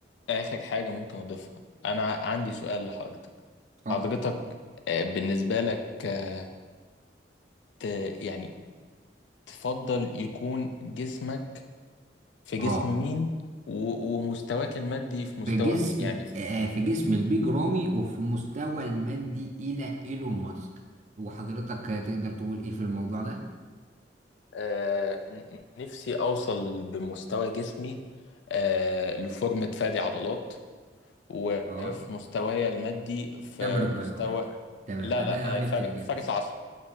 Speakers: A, on the left; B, on the right.
A: اخر حاجة ممكن اضيفها انا عندي سؤال لحضرتك
B: اتفضل
A: حضرتك آه، بالنسبة لك آه، ت- يعني تفضل يكون جسمك في جسم
B: اه
A: مين و- ومستواك المادي في مستوى
B: في جسم
A: مين يعني
B: آه، في جسم البيج رامي وفي مستوى المادي إلى إيلون ماسك وحضرتك آه، تقدر تقول إيه في الموضوع ده؟
A: آه ن- نفسي اوصل بمستوى جسمي آه لفورمة فادي عضلات وفي
B: اه
A: مستواي المادي في
B: تامر الجيار
A: مستوى
B: تمام
A: لا
B: أنا
A: لا
B: عرفت
A: آه فار-
B: الإجابة
A: فارس عصب